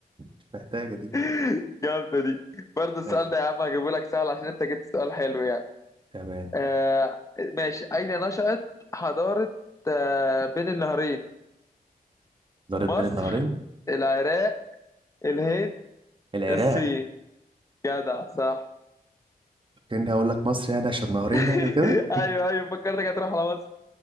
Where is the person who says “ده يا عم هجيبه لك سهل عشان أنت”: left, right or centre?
Left